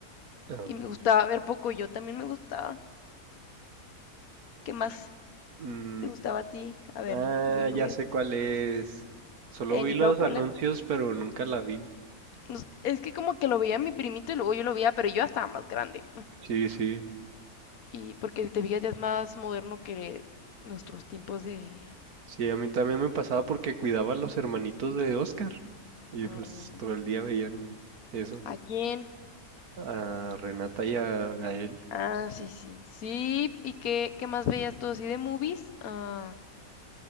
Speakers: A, on the right (about 75°); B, on the left (about 70°).
A: A ver.
B: y me gustaba ver poco yo también me gustaba. ¿Qué más
A: Mm,
B: te gustaba a ti? A ver,
A: Ah,
B: yo me
A: ya
B: voy
A: sé
B: a... acu-
A: cuál es. Solo
B: Eh,
A: vi
B: ni
A: los
B: hao Kayla.
A: anuncios, pero nunca la vi.
B: No sé, Es que como que lo veía mi primito y luego yo lo veía, pero yo ya estaba más grande.
A: Sí, sí,
B: Y porque si te fijas ya es más moderno que nuestros tiempos de...
A: sí, a mí también me pasaba porque cuidaba a los hermanitos de Oscar y
B: mm,
A: pues todo el día veían eso.
B: ¿A quién?
A: a Renata y a Gael.
B: Ah, sí, sí. Sí, ¿y qué, qué más veías tú así de movies? Ah,